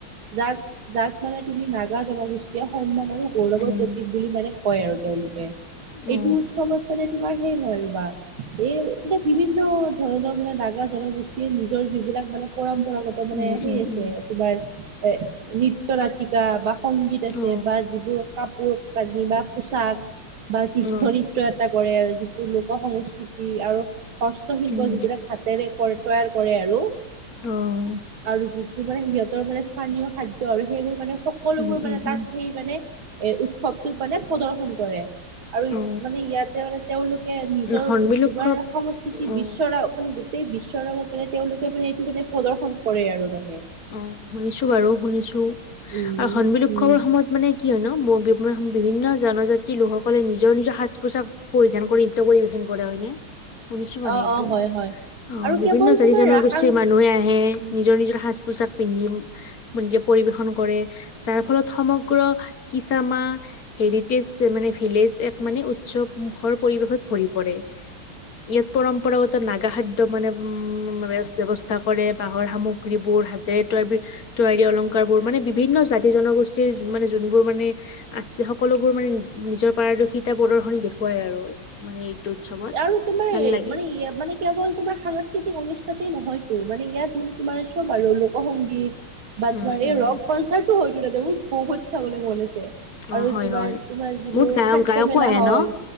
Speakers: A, on the right; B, on the left.
A: যাক যাক মানে তুমি নাগা জনগোষ্ঠীয়ে সন্মান আৰু গৌৰৱৰ
B: উম
A: প্ৰতীক বুলি মানে কয় আৰু তেওঁলোকে এইটো
B: অ
A: উৎসৱত মানে তোমাৰ সেই হয় ৰবা এই মানে বিভিন্ন ধৰণৰ মানে নাগা জনগোষ্ঠীয়ে নিজৰ জীৱন এইিলাক মানে পৰম্পৰাগত মানে
B: উম
A: সেই
B: উম
A: আছে
B: উম
A: তোমাৰ এ নৃত্য় নতিকা বা সংগীত আছে
B: অ
A: বা যিবোৰ কাপোৰ কানি বা পোচাক বা যুদ্ধ
B: অ
A: নৃত্য এটা কৰে যিটো লোক সংস্কৃতি আৰু হস্তশিল্প
B: উম
A: যিবিলাক হাতেৰে তৈয়াৰ কৰে আৰু
B: আহ
A: আৰু যোনটো মানে সিহঁতৰ মানে স্থানীয় খাদ্্য আৰু সেইবোৰ মানে সকলোবোৰ
B: উম
A: মানে
B: উম
A: তাত
B: উম
A: সেই মানে এ উৎসৱটোত মানে প্ৰদৰ্শন কৰে আৰু
B: অ
A: মানে ইয়াতে মানে তেওঁলোকে নিজৰ
B: হৰ্ণবিল
A: যিবাৰ
B: উৎসৱ
A: সংস্কৃতি
B: অ
A: বিশ্বৰা মানে গোটেই বিশ্বৰ লগত মানে তেওঁলোকে মানে এইটো মানে প্ৰদৰ্শন কৰে আৰু মানে
B: অ শুনিছো বাৰু শুনিছো
A: উম
B: আৰু হণমিল উৎসৱৰ
A: উম
B: সময়ত মানে কি হয় ন বিভিন্ন জনজাতিৰ লোকসকলে নিজৰ নিজৰ সাজ পোছাক পৰিধান কৰি নৃত্য পৰিবেশন কৰে হয়নে শুনিছো মানে
A: অ
B: এইটো
A: অ হয় হয়
B: অ
A: আৰু
B: বিভিন্ন
A: কেৱল
B: জাতি
A: তোমাৰ
B: জনগোষ্ঠীৰ
A: ৰাসাং
B: মানুহে আহে
A: উম
B: নিজৰ নিজৰ শাজ পোজাক পিন্ধি পৰিবেশন কৰে যাৰ ফলত সমগ্ৰ কিচাামা হেৰিটেজ মানে ভিলেজ এক মানে উৎসৱমখৰ পৰিৱেশত ভৰি পৰে ইয়াত পৰম্পৰাগত নাগা খাদ্য মানে উম ব্ৱস্থা কৰে বাঁহৰ সামগ্ৰীবোৰ তয়াৰ তৈয়াৰী অলংকাৰ বোৰ মানে বিভিন্ন জাতি জনগোষ্ঠীৰ মানে যোনবোৰ মানে আছে সকলোবোৰ মানে নিজৰ পাৰদৰ্শিতা প্ৰদৰ্শনী দেখুৱাই আৰু মানে উৎসৱত
A: আৰু তোমাৰ
B: ভাল লাগে
A: মানে মানে কেৱল তোমাৰ সাংস্কৃতিক অনুষ্ঠাতেই নহয়তো মানে ইয়াত মানে তোমাৰ চব আৰু লোক সংংগীত বা
B: উম
A: তোমাৰ
B: উম
A: এই ৰক কনচাৰ্ট হয় মোৰ বহুতছাব মন আছে
B: অ
A: আৰু
B: হয়
A: জোমাৰ
B: হয়
A: তোমাৰ যিবোৰ
B: বহুত গায়ক
A: খাদ্্য
B: গায়কো
A: মেলা
B: আহে
A: হয়
B: ন